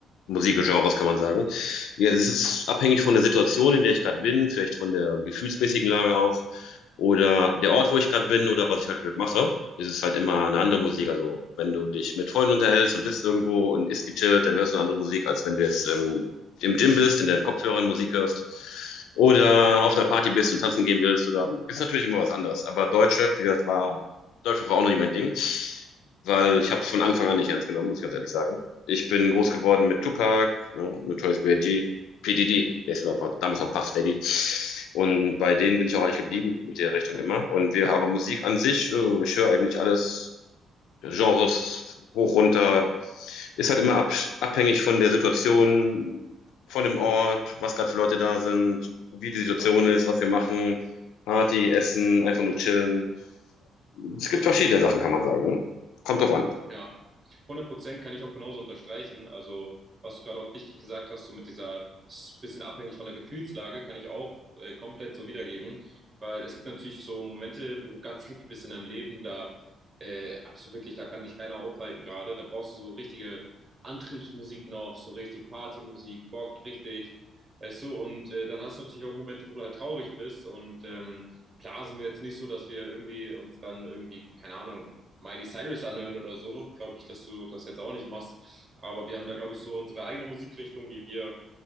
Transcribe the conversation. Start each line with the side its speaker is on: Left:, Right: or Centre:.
Left: Musikgenres, kann man sagen. Ja, es ist abhängig von der Situation, in der ich gerade bin, vielleicht von der gefühlsmäßigen Lage auch oder der Ort, wo ich gerade bin oder was ich halt gerade mache. Es ist halt immer eine andere Musik. Also wenn du dich mit Freunden unterhältst und sitzt irgendwo und isst gechillt, dann hörst du eine andere Musik, als wenn du jetzt ähm, im Gym bist, in deinen Kopfhörern Musik hörst oder auf einer Party bist und tanzen gehen willst. Oder ist natürlich immer was anderes. Aber Deutschrap, wie gesagt, war Deutschrap war auch noch nicht mein Ding, weil ich habe es von Anfang an nicht ernst genommen, muss ich ganz ehrlich sagen. Ich bin groß geworden mit Tupac, ne, Notorious B.I.G., PDD, der ist überhaupt damals noch Puff Daddy. Und bei denen bin ich auch eigentlich geblieben mit der Richtung immer. Und wir haben Musik an sich, äh, ich höre eigentlich alles, Genres hoch, runter. Ist halt immer ab, abhängig von der Situation, von dem Ort, was gerade für Leute da sind, wie die Situation ist, was wir machen, Party, Essen, einfach nur chillen. Es gibt verschiedene Sachen, kann man sagen. Ne? Kommt drauf an.
Right: Ja, hundert Prozent kann ich auch genauso unterstreichen. Also, was du gerade auch wichtig gesagt hast, so mit dieser s- bisschen abhängig von der Gefühlslage, kann ich auch äh, komplett so wiedergeben. Weil es gibt natürlich so Momente, wo du ganz happy bist in deinem Leben, da äh, hast du wirklich, da kann dich keiner aufhalten gerade. Da brauchst du so richtige Antriebsmusik noch, so richtig Partymusik, bockt richtig, weißt du. Und äh, dann hast du natürlich auch Momente, wo du halt traurig bist und ähm, Klar sind wir jetzt nicht so, dass wir irgendwie uns dann irgendwie, keine Ahnung, Miley Cyrus anhören oder so, glaube ich, dass du das jetzt auch nicht machst. Aber wir haben da, glaube ich, so unsere eigene Musikrichtung, die wir